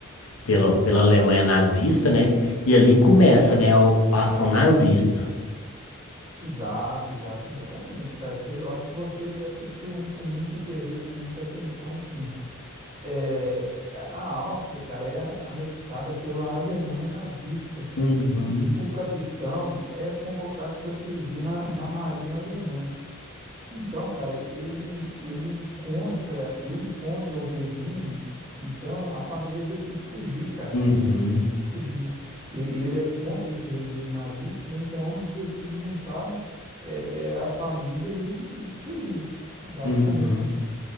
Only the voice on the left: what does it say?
pela, pela Alemanha nazista, né? E ali começa, né, a ocupação nazista.
Uhum,
uhum,
uhum.